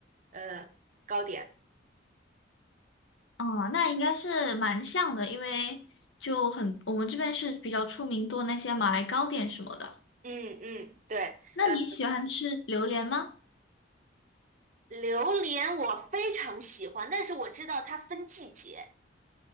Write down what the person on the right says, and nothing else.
呃糕点。
嗯嗯，对，
呃，榴莲我非常喜欢，但是我知道它分季节。